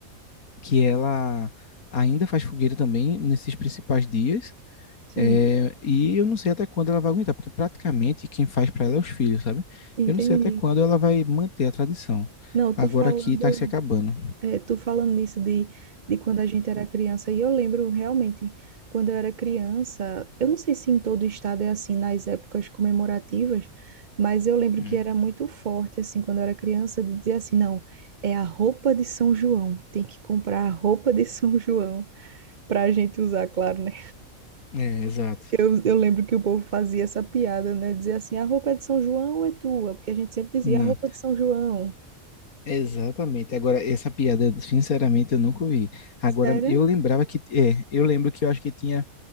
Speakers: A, on the left; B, on the right.
A: que ela ainda faz fogueira também nesses principais dias.
B: sim.
A: É, e eu não sei até quando ela vai aguentar, porque praticamente quem faz para ela é os filhos, sabe?
B: Entendi.
A: Eu não sei até quando ela vai manter a tradição.
B: Não,
A: Agora
B: tô falando.
A: aqui tá se acabando.
B: É, tu falando nisso de, de quando a gente era criança, e eu lembro realmente, quando eu era criança, eu não sei se em todo estado é assim nas épocas comemorativas, mas eu lembro
A: Hum.
B: que era muito forte, assim, quando eu era criança, de dizer assim, não, é a roupa de São João, tem que comprar a roupa de São João pra gente usar, claro, né?
A: É, exato.
B: Que Eu, eu lembro que o povo fazia essa piada, né? Dizia assim, a roupa é de São João ou é tua? Porque a gente sempre dizia,
A: Não,
B: a roupa de São João.
A: exatamente. Agora, essa piada, sinceramente, eu nunca ouvi. Agora,
B: Sério?
A: eu lembrava que. É, eu lembro que eu acho que tinha